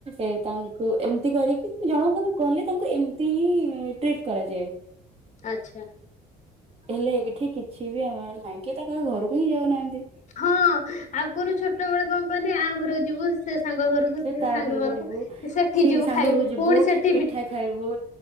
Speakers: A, on the right; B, on the left.
A: ଏ ତାଙ୍କୁ ଏମିତି କରି ଜଣଙ୍କ ଘରକୁ ଗଲେ ତାଙ୍କୁ ଏମତି ହିଁ ଟ୍ରିଟ୍ କରାଯାଏ
B: ଆଛା
A: ହେଲେ ଏଠି କିଛି ବି ଆମର ନାହିଁ କିଏ ତାଙ୍କ ଘରକୁ ହିଁ ଯାଉନାହାନ୍ତି
B: ହଁ ଆଗରୁ ଛୋଟ ବେଳେ କଣ କହନି ଆହା ଘରକୁ ଯିବୁ ସେ ସାଙ୍ଗ ଘରକୁ ସେ
A: ତା
B: ସାଙ୍ଗ
A: ଘରକୁ ଯିବୁ
B: ସେଠି
A: ସେଇ
B: ଯିବୁ
A: ସାଙ୍ଗରକୁ
B: ଖାଇବୁ
A: ଯିବୁ
B: ପୁଣି ସେଠି
A: ପିଠା ଖାଇବୁ